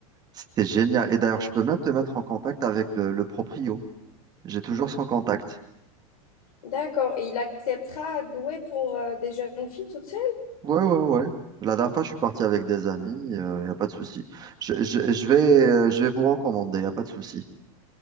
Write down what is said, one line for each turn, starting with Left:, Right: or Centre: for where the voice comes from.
Right: c'était génial. Et d'ailleurs, je peux même te mettre en contact avec le, le proprio. J'ai toujours son contact.
Left: D'accord, et il acceptera de louer pour euh, des jeunes filles toutes seules?
Right: Ouais, ouais, ouais. La dernière fois, je suis parti avec des amis, il n'y a pas de souci. Je, je, je vais, euh, je vais vous recommander, il n'y a pas de souci.